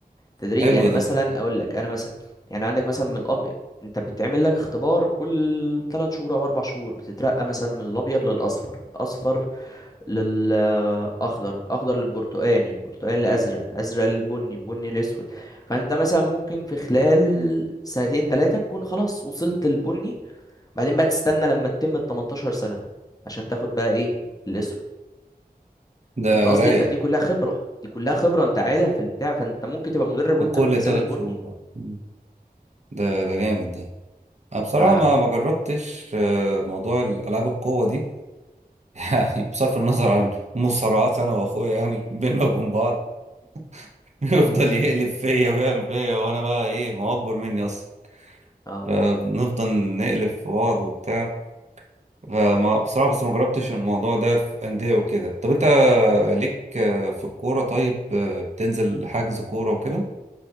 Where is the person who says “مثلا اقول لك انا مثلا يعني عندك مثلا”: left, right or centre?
Left